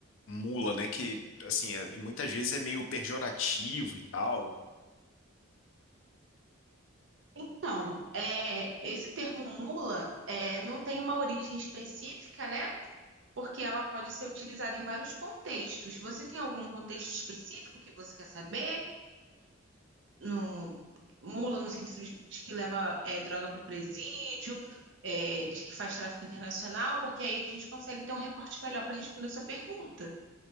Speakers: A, on the left; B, on the right.
A: mula, né, que, assim, é- e muitas vezes é meio pejorativo e tal.
B: Então, é, esse termo mula é, não tem uma origem específica, né? Porque ela pode ser utilizada em vários contextos. Você tem algum contexto específico que você quer saber? No, mula no sentido de de que leva é, droga para o presídio, é, de que faz tráfico internacional, porque aí a gente consegue ter um recorte melhor para responder a sua pergunta.